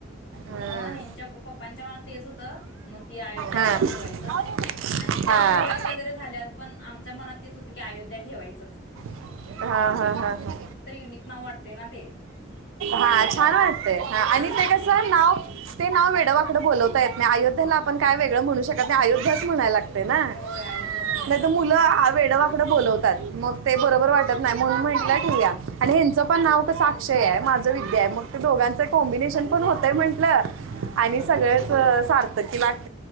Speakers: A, on the left; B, on the right.
A: मग
B: हम्म.
A: ह्याच्या पप्पांच्या मनात तेच होत मग की अयोध्या
B: हां
A: नाव ठेवायचं
B: आणि
A: आणि
B: हा
A: ही काही
B: हा
A: गुरुवारी वगैरे झालीया पण मनात तेच होतं की अयोध्या ठेवायंच.
B: हा हा हा हा
A: युनिक नाव वाटते ना ते
B: हा
A: त्यामुळे
B: छान वाटतय आणि
A: छान वाटते
B: ते कस
A: ना
B: नाव ते नाव वेड वाकड बोलवता येत नाही. अयोध्येला आपण काय वेगळं म्हणू शकत नाही. अयोध्याच म्हणायला लागत. है ना,
A: होय अयोध्याच म्हणायला
B: नाही
A: लागते
B: तर मुलं वेड वाकड बोलवतात मग ते बरोबर वा वाटत नाही म्हनून म्हटल ठेवूया. आणि ह्याचं पण नाव कस अक्षय आहे माझ विद्या आहे मग दोघांच कॉम्बिनेशन पण होतय म्ह टल
A: हा हा
B: आणि सगळच सारख <unintelligible>